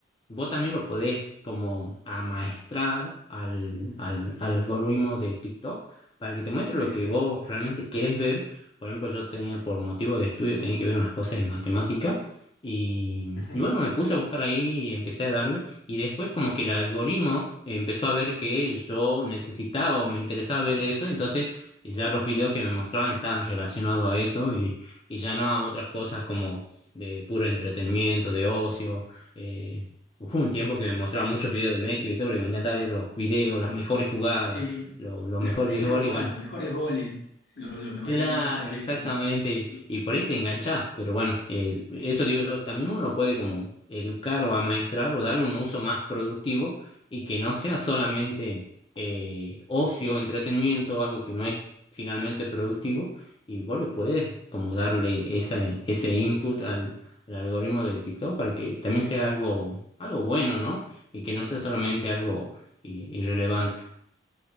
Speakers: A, on the left (about 30°); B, on the left (about 75°).
A: vos también lo podés como amaestrar al, al algoritmo de TikTok para que te muestre
B: sí.
A: lo que vos realmente querés ver. Por ejemplo, yo tenía por motivo de estudio, tenía que ver unas cosas de matemática y,
B: ujú,
A: y bueno, me puse a buscar ahí y empecé a darle y después como que el algoritmo empezó a ver que yo necesitaba o me interesaba ver eso, entonces y ya los videos que me mostraban estaban relacionados a eso y, y ya no a otras cosas como de puro entretenimiento, de ocio. eh, hubo un tiempo que me mostraba muchos videos de Messi y todo, porque me encanta ver los videos, las mejores jugadas,
B: Sí,
A: lo- los
B: las
A: mejores
B: mejores
A: 10 goles
B: jugadas,
A: y bueno,
B: los mejores goles, lo- los mejores
A: Claro,
B: regates de Messi.
A: exactamente. Y,
B: Sí,
A: y por ahí te enganchás. Pero bueno, eh, eso digo yo, también uno puede como educar o amaestrar o darle un uso más productivo y que no sea solamente eh, ocio, entretenimiento, algo que no es finalmente productivo. Y vos le podés como darle esa, ese input al, al algoritmo de TikTok para que también sea algo, algo bueno, ¿no? Y que no sea solamente algo i- irrelevante.